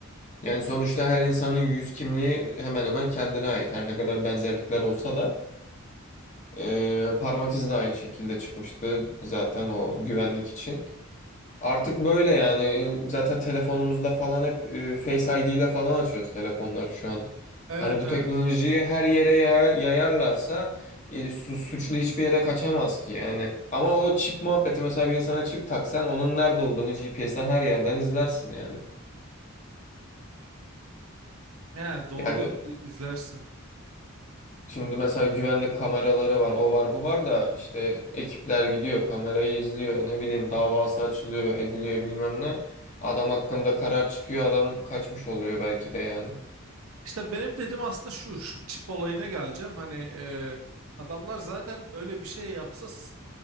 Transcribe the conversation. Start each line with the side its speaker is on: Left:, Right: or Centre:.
Left: Yani sonuçta her insanın yüz kimliği hemen hemen kendine ait. Her ne kadar benzerlikler olsa da e, parmak izi de aynı şekilde çıkmıştı zaten o güvenlik için. Artık böyle yani zaten telefonumuzda falan hep e, Face ID ile falan açıyoruz telefonları şu an.
Right: Evet
Left: Hani bu
Right: evet.
Left: teknolojiyi her yere yaya- yayarlarsa e, su- suçlu hiçbir yere kaçamaz ki yani. Ama o çip muhabbeti mesela bir insana çip taksan onun nerede olduğunu GPS'ten her yerden izlersin yani.
Right: Yani doğru
Left: Yani
Right: i- izlersin.
Left: Şimdi mesela güvenlik kameraları var, o var, bu var da işte ekipler gidiyor, kamerayı izliyor, ne bileyim davası açılıyor, ediliyor bilmem ne. Adam hakkında karar çıkıyor, adam kaçmış oluyor belki de yani.
Right: İşte benim dediğim aslında şu, şu çip olayına geleceğim. Hani e, adamlar zaten öyle bir şey yapsa s-